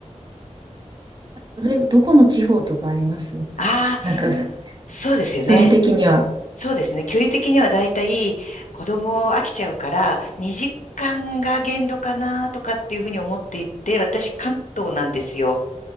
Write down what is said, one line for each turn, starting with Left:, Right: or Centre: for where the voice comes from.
Right: それ、どこの地方とかあります
Left: ああ
Right: なんかさ、
Left: ー、そうですよね。
Right: 距離的には。
Left: そうですね。距離的にはだいたい子供飽きちゃうから、2時間が限度かなとかっていうふうに思っていて、私、関東なんですよ。